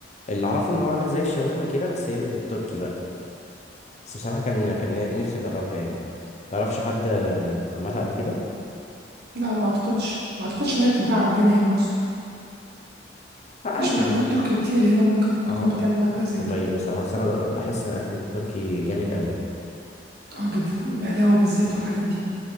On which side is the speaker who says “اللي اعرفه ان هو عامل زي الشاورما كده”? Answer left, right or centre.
Left